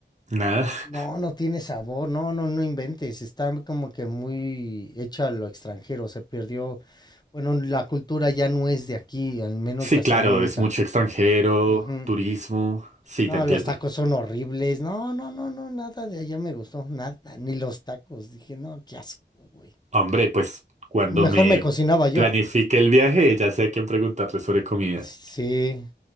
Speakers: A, on the right; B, on the left.
A: Nada. <laughs>
B: No, no tiene sabor, no, no, no inventes. Está como que muy hecha a lo extranjero. Se perdió, bueno, la cultura ya no es de aquí, al menos
A: Sí,
B: gastronómica.
A: claro, es mucho extranjero,
B: Ujú.
A: turismo. Sí,
B: No,
A: te entiendo.
B: los tacos son horribles. No, no, no, no, nada de allá me gustó, nada, ni los tacos. Dije, no, qué asco, güey.
A: Hombre, pues cuando
B: Mejor
A: me
B: me cocinaba yo.
A: planifique el viaje, ya sé a quién preguntarle sobre comida.
B: Sí.